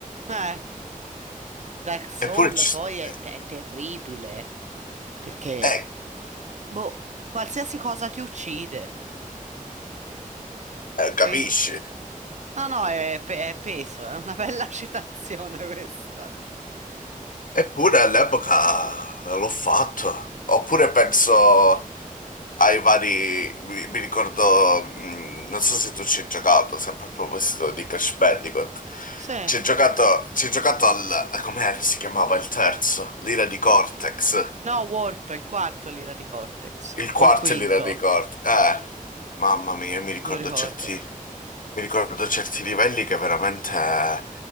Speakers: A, on the right (about 55°); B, on the left (about 70°).
A: Eh, Dark Soul
B: Eppure, ci-
A: poi è,
B: eh,
A: è terribile, perché,
B: eh,
A: boh, qualsiasi cosa ti uccide.
B: eh, capisci?
A: Quindi, no, no, è, pe- è peso, è una bella <laughs> citazione questa.
B: Eppure all'epoca l'ho fatto. Oppure penso ai vari, mi, mi ricordo, mh, non so se tu ci hai giocato, sempre a proposito di Crash Bandicoot.
A: Sì.
B: Ci hai giocato, ci hai giocato al, com'era si chiamava il terzo? L'ira di Cortex.
A: No, Warp, il quarto l'ira di Cortex,
B: Il quarto
A: o il quinto,
B: è l'ira di Cortex. Eh, mamma mia, mi ricordo
A: non lo ricordo.
B: certi... Mi ricordo certi livelli che veramente eh,